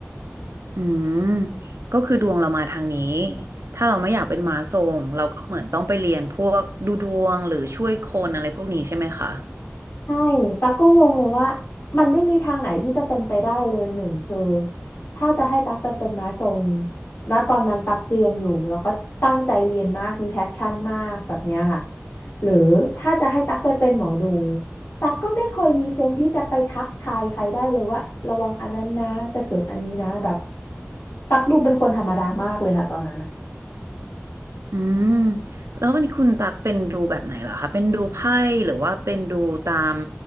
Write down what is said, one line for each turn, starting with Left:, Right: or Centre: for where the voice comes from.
Right: อืมก็คือดวงเรามาทางนี้ถ้าเราไม่อยากเป็นมาทรงเราก็เหมือนต้องไปเรียนพวกดูดวงหรือช่วยคนอะไรพวกนี้ใช่ไหมคะ
Left: ใช่ตั๊กก็งงเลยว่ามันไม่มีทางไหนที่จะเป็นไปได้เลยหนึ่งคือถ้าจะให้ตั๊กไปเป็นม้าทรงแล้วตอนนั้นตั๊กเรียนอยู่แล้วก็ตั้งใจเรียนมากมีแพชชั่นมากแบบเนี้ยค่ะหรือถ้าจะให้ตั๊กไปเป็นหมอดูตั๊กก็ไม่เคยมีเซนส์ที่จะไปทักทายใครได้เลยว่าระวังอันนั้นนะจะเกิดอันนี้นะแบบตั๊กดูเป็นคนธรรมดามากเลยค่ะตอนนั้นอะ
Right: อืมแล้ววันนี้คุณตักเป็นดูแบบไหนเหรอคะเป็นดูไพ่หรือว่าเป็นดูตาม